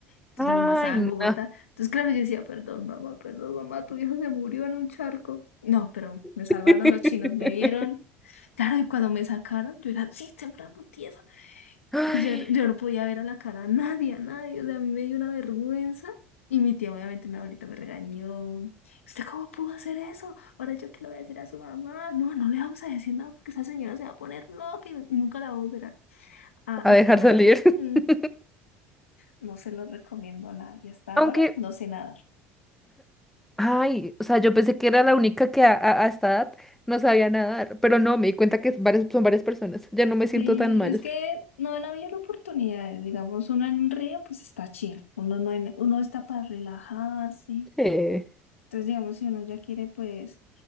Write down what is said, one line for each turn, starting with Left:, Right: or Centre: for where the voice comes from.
Left: Entonces
Centre: Ay,
Left: mi mamá estaba en
Centre: no.
Left: Bogotá. Entonces, claro, yo decía, perdón, mamá, perdón, mamá, tu viejo se murió en un charco. No, pero me salvaron
Centre: <laughs>
Left: los chinos, me vieron. Claro, y cuando me sacaron, yo era así, temblando tiesa.
Centre: Ay,
Left: Y yo, yo no podía ver a la cara a nadie, a nadie. O sea, a mí me dio una vergüenza. Y mi tía, obviamente, mi abuelita me regañó. ¿Usted cómo pudo hacer eso? Ahora yo que le voy a decir a su mamá. No, no le vamos a decir nada porque esa señora se va a poner loca y nunca la va a volver a, a-
Centre: A
Left: a
Centre: dejar
Left: traer
Centre: salir.
Left: acá. Mm.
Centre: <laughs>
Left: No se los recomiendo a nadie. Y hasta
Centre: aunque
Left: ahora no sé nadar.
Centre: Ay, o sea, yo pensé que era la única que a, a- a esta edad no sabía nadar, pero no, me di cuenta que es varias, son varias personas. Ya no me siento
Left: Sí,
Centre: tan mal.
Left: es que no han habido la oportunidad. Digamos, uno en un río, pues está chill. Uno no hay- uno está para relajarse.
Centre: Sí.
Left: Entonces, digamos, si uno ya quiere, pues,